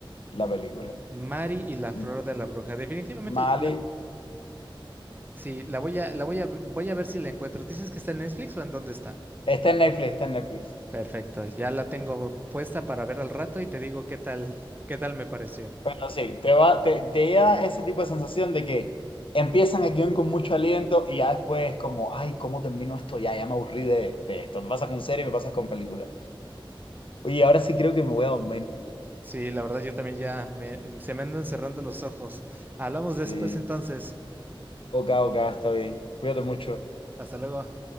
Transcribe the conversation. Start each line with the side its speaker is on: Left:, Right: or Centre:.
Left: la película.
Right: Mari y la flor
Left: M-
Right: de la bruja. Definitivamente
Left: Mali.
Right: la, sí, la voy a, la voy a, voy a ver si la encuentro. ¿Dices que está en Netflix o en dónde está?
Left: Está en Netflix, está en Netflix.
Right: Perfecto, ya la tengo puesta para ver al rato y te digo qué tal, qué tal me pareció.
Left: Pero sí, te va, te, te da ese tipo de sensación de que empiezan el guión con mucho aliento y ya después como, ay, ¿cómo termino esto? Ya, ya me aburrí de, de esto. Me pasa con serie, me pasa con película. Oye, ahora sí creo que me voy a dormir.
Right: Sí, la verdad yo también ya me, se me andan cerrando los ojos. Hablamos después
Left: Sí.
Right: entonces.
Left: Ok, ok, está bien. Cuídate mucho.
Right: Hasta luego.